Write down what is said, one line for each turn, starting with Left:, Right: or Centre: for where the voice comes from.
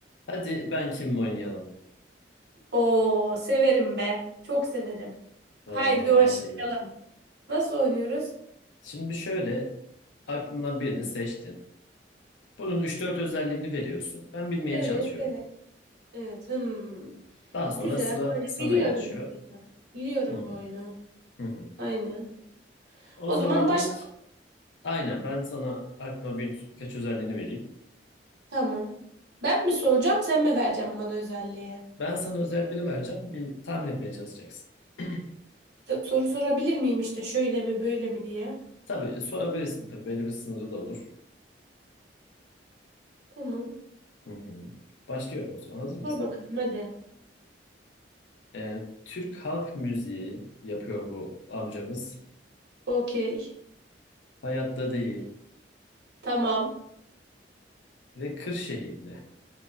Left: Hadi ben kim oynayalım?
Right: Oo, severim be. Çok severim.
Left: Vallahi
Right: Haydi başlayalım.
Left: bence de.
Right: Nasıl oynuyoruz?
Left: Şimdi şöyle aklından birini seçtin. Bunun üç dört özelliğini veriyorsun. Ben bilmeye
Right: Evet,
Left: çalışıyorum.
Right: evet. Evet. Hmm.
Left: Daha sonra
Right: Güzel.
Left: sıra
Right: Böyle
Left: sana
Right: biliyorum
Left: geçiyor.
Right: bu oyunu. Biliyorum
Left: Hı hı,
Right: bu oyunu.
Left: hı hı.
Right: Aynen.
Left: O
Right: O
Left: zaman
Right: zaman başla.
Left: ilk aynen ben sana aklıma bir, birkaç özelliğini vereyim.
Right: Tamam. Ben mi soracağım, sen mi vereceksin bana özelliği?
Left: Ben sana özellikleri vereceğim. Bir, tahmin etmeye çalışacaksın. <clears throat>
Right: So- Soru sorabilir miyim işte şöyle mi böyle mi diye.
Left: Tabii sorabilirsin tabii belli bir sınırı da olur.
Right: Tamam.
Left: Hı hı. Başlıyorum o zaman hazır mısın?
Right: Sor bakalım hadi.
Left: Ee, Türk halk müziği yapıyor bu amcamız.
Right: Okey.
Left: Hayatta değil.
Right: Tamam.
Left: Ve Kırşehirli.